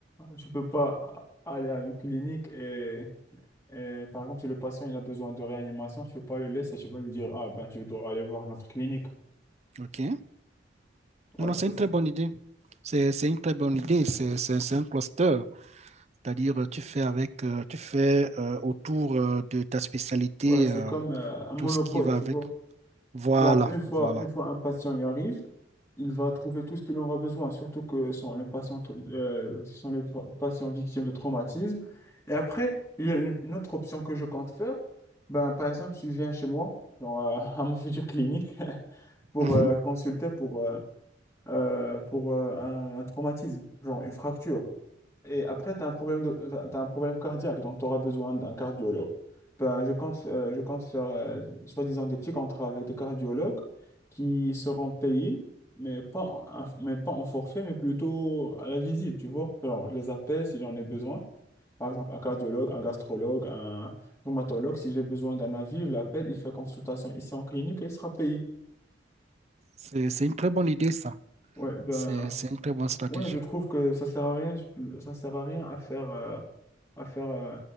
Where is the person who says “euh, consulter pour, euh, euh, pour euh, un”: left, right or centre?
Left